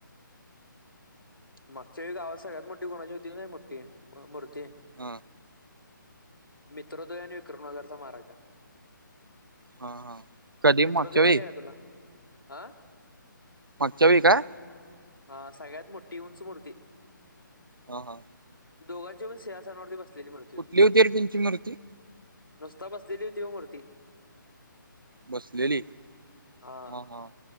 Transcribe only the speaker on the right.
अं.
हा हा. कधी मागच्या
वेळी
मागच्या वेळी का.
ह.. ह..
कुठली होती रे त्यांची मूर्ती?
बसलेली ह..
हा..